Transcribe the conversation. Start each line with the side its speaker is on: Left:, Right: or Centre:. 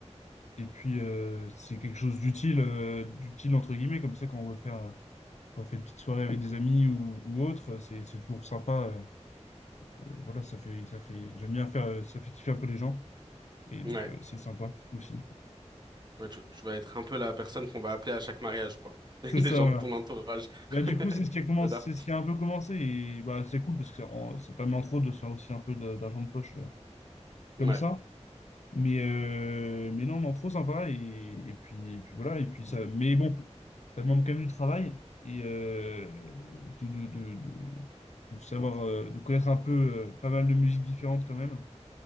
Left: Et puis euh, c'est quelque chose d'utile, euh, d'utile entre guillemets, comme ça quand on veut faire, quand on fait une petite soirée avec des amis ou, ou autre, c'est c'est toujours sympa. euh, euh, voilà, ça fait, ça fait, j'aime bien faire, euh, ça fait kiffer un peu les gens. Et
Right: Ouais.
Left: donc, euh, c'est sympa aussi. <laughs>
Right: Ouais, tu, tu vas être un peu la personne qu'on va appeler à chaque mariage, quoi. <laughs>
Left: C'est ça,
Right: Des gens
Left: voilà.
Right: de ton entourage. <laughs>
Left: Bah, du coup, c'est ce qui a commencé,
Right: J'adore.
Left: c'est ce qui a un peu commencé. Et bah, c'est cool parce que en- c'est pas mal en trop de se faire aussi un peu de- d'argent de poche euh, comme
Right: Ouais.
Left: ça. Mais, euh, mais non, non, trop sympa. Et, et puis, et puis voilà. Et puis ça, mais bon, ça demande quand même du travail et euh, de, de, de, de- de savoir, euh, de connaître un peu euh, pas mal de musiques différentes quand même.